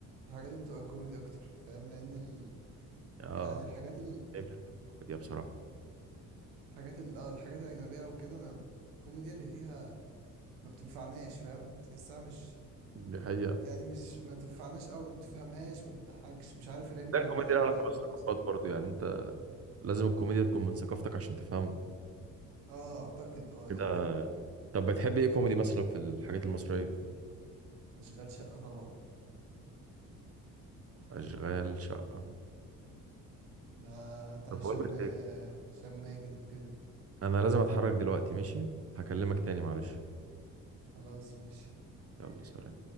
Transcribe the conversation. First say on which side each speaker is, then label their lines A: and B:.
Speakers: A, on the right; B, on the right.
A: الحاجات اللي بتبقى كوميدي أكتر فاهم لأن ال...
B: اه
A: يعني الحاجات
B: فهمت الكوميديا بصراحه
A: الحاجات ال اه الحاجات الأجنبية أو كده ما الكوميديا اللي فيها ما بتنفعناش فاهم بتحسها مش
B: دي حقيقه
A: يعني مش ما تنفعناش أو ما بتفهمهاش ما بتضحكش مش عارف العيب من
B: ده الكوميديا
A: عندنا ولا
B: لها علاقه
A: من عندهم
B: بالثقافات
A: بصراحة
B: برضو يعني انت لازم الكوميديا تكون من ثقافتك عشان تفهمها
A: اه أعتقد اه
B: ده
A: يعني
B: طب بتحب ايه كوميدي مثلا في الحاجات المصريه
A: أشغال شقة طبعا
B: اشغال شقه
A: ده بتاع
B: طب
A: هشام
B: بقول
A: ما-
B: لك
A: آه، هشام ماجد وكده
B: انا لازم اتحرك دلوقتي ماشي هكلمك تاني معلش
A: خلاص ماشي
B: يلا سلام